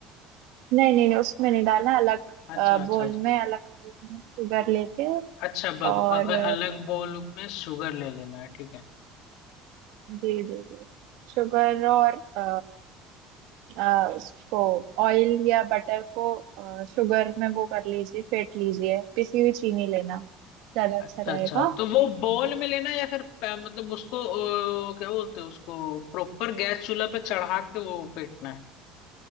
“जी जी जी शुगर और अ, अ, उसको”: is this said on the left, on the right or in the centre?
Right